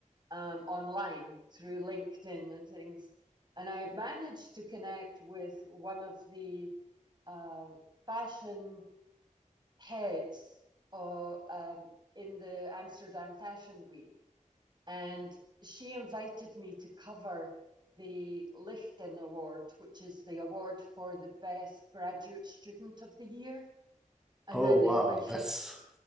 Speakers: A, on the right; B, in the centre.
A: um, online through LinkedIn and things. And I managed to connect with one of the uh, fashion heads or, um, in the Amsterdam Fashion Week. And she invited me to cover the Lichten Award, which is the award for the best graduate student of the year. And
B: Oh
A: then
B: wow,
A: they have a
B: that's